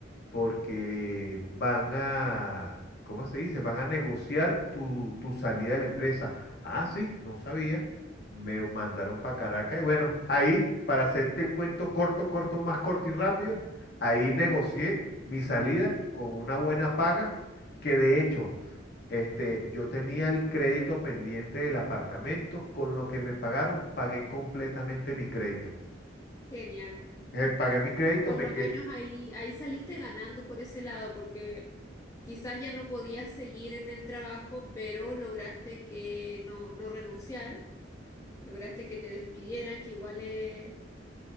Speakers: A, on the left; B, on the left.
A: porque van a, ¿cómo se dice? Van a negociar tu, tu salida de la empresa. Ah, sí, no sabía. Me mandaron para Caracas y bueno, ahí, para hacerte el cuento corto, corto, más corto y rápido, ahí negocié mi salida con una buena paga, que de hecho, este, yo tenía el crédito pendiente del apartamento, con lo que me pagaron, pagué completamente mi crédito.
B: Genial.
A: Eh, pagué mi crédito,
B: Por
A: me
B: lo
A: quedé,
B: menos ahí, ahí saliste ganando por ese lado, porque quizás ya no podías seguir en el trabajo, pero lograste que no, no renunciar lograste que te despidieran, que igual es,